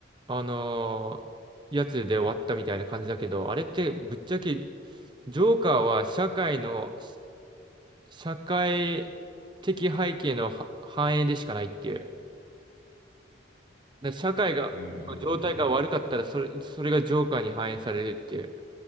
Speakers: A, on the right; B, on the left.
A: あのーやつで終わったみたいな感じだけど、あれってぶっちゃけ、ジョーカーは社会の、し社会的背景のは反映でしかないっていう。だから社会が、
B: う。うんうんうんうん。
A: 状態が悪かったら、それ、それがジョーカーに反映されるっていう。